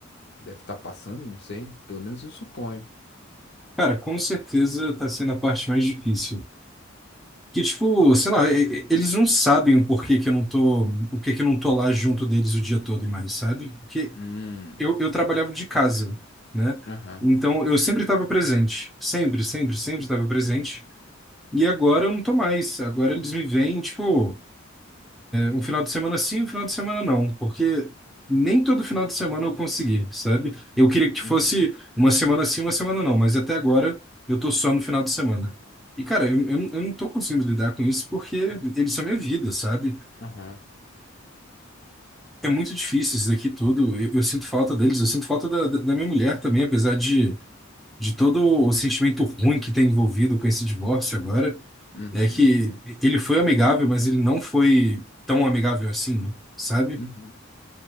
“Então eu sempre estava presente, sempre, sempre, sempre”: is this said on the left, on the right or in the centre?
Centre